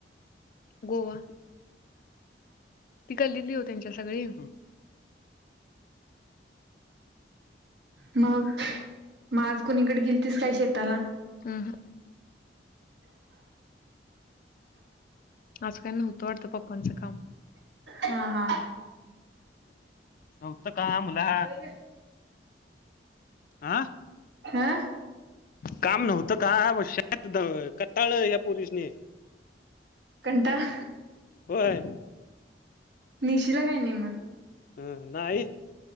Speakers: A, on the left; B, on the right.
A: गोवा ती गल्लीली ओ त्यांच्या सगळी
B: मग म आज कोणीकड गेलतीस काय शेताला?
A: हमम हम. आज काय नव्हतं वाटतं पप्पांचं काम
B: हा हा.
A: होत का मुला
B: चल ये
A: हा
B: हा
A: काम नव्हतं का आव शतात द कटाळल ह्या पोरीसनी.
B: कंटाळा
A: होय.
B: नेशिला काय नी म.
A: हं नाही